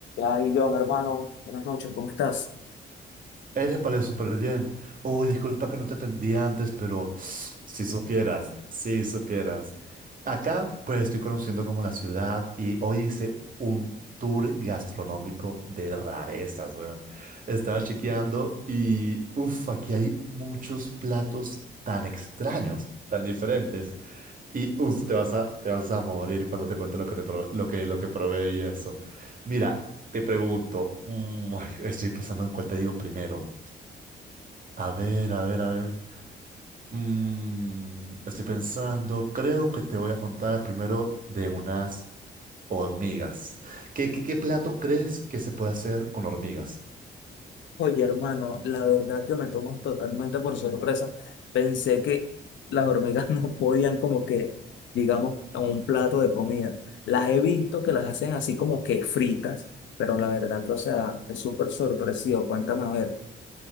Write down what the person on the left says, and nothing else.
Ay, John, hermano, buenas noches, ¿cómo estás?
Oye, hermano, la verdad que me tomas totalmente por sorpresa. Pensé que las hormigas <laughs> no podían como que, digamos, en un plato de comida. Las he visto que las hacen así como que fritas, pero la verdad que, o sea, es súper sorpresivo. Cuéntame a ver.